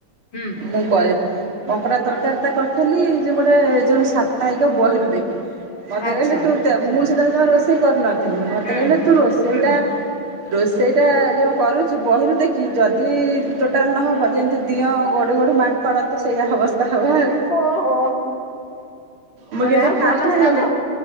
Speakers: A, on the left; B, on the right.
A: ହୁଁ
B: ମୁଁ କରି କଙ୍କଡା ତରକାରୀ ତା କରିଥେଲି ଯେ ଗୋଟେ ଯୋଉ ସାପ୍ତାହିକ ବହିରୁ ଦେଖି। ମତେ
A: ଆଚ୍ଛା।
B: କହିଲେ ତୁ ମୁଁ ସେତେବେଳେ ଯମା ରୋଷେଇ କରୁନଥିଲି ମତେ
A: ହୁଁ
B: କହିଲେ
A: ହୁଁ
B: ତୁ ରୋଷେଇ ଟା ରୋଷେଇଟା ଯେ କରୁଛୁ ବହିରୁ ଦେଖି ଯଦି ଟୋଟାଲ ନହବ ଯେମିତି ଦିଅଁ ଗଢୁ ଗଢୁ ମାଙ୍କଡ଼ ତ ସେଇଆ ହବ ସ୍ ହବ ଆଉ
A: ଓହୋ
B: ମୁଁ କିନ୍ତୁ
A: ଯାହଉ
B: ଫାଷ୍ଟେ
A: ଭଲ ହେଲା
B: ସେଉ
A: ତ।